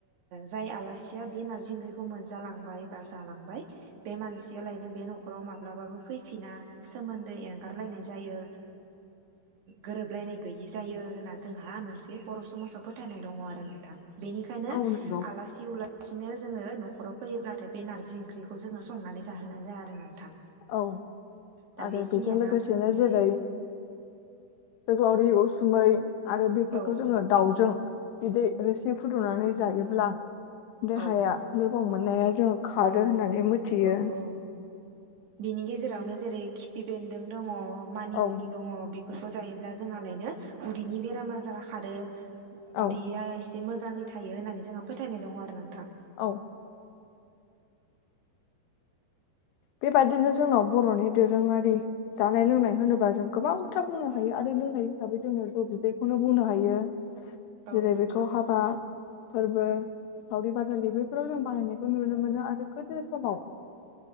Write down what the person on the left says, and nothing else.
औ नंगौ
औ
आरो
बेजों लोगो
सेनो
जेरै जोगलावरि, उसुमै आरो बेफोरखौ
जोङो दाउजों बिदै रोसि फुदुंनानै जायोब्ला देहाया
द <unintelligible> मोननाया जों खारो
होननानै मोथियो।
औ
औ
औ बेबायदिनो जोंनाव बर'नि दोरोङारि जानाय लोंनाय होनोब्ला जों गोबांथार बुंनो हायो आरो लोंनाय हिसाबै जोङो जौ बिदैखौनो बुंनो हायो।
जेरै
बेखौ हाबा फोर्बो, सावरि बादालि बैफोराव जों बाहायनायखौ नुनो मोनो। आरो गोदो समाव